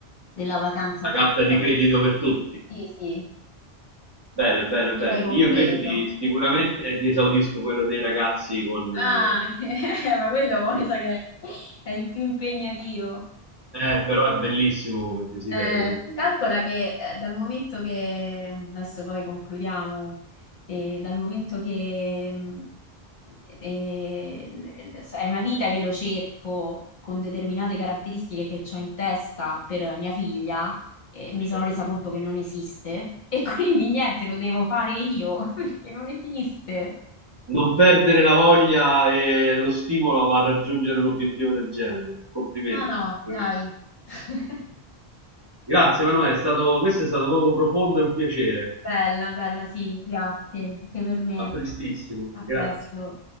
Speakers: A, on the left; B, on the right.
A: vacanza
B: la
A: pazza.
B: carta di credito per tutti.
A: Sì, sì.
B: Bene, bene,
A: Vincerei
B: bene.
A: con
B: Io
A: quello.
B: invece ti, sicuramente ti esaudisco quello dei ragazzi con... Eh,
A: Ah, <laughs> ma quello mi sa che è il più impegnativo.
B: eh, però è bellissimo come desiderio.
A: Eh,
B: complimenti.
A: calcola che eh, dal momento che, mm, adesso poi concludiamo, eh, dal momento che mh, eh, l- l- è una vita che lo cerco con determinate caratteristiche che ho in testa per mia figlia, eh, mi
B: Cioè,
A: sono resa conto che non esiste <laughs> e quindi niente, lo devo fare io <laughs> perché non esiste.
B: Non perdere la voglia e lo stimolo a raggiungere un obiettivo del genere. Complimenti,
A: No, no,
B: veramente.
A: dai. <laughs>
B: Grazie Emanuele, è stato- questo è stato proprio profondo e un piacere.
A: Bella, bella, sì, grazie, anche per me.
B: A prestissimo,
A: A
B: grazie.
A: presto.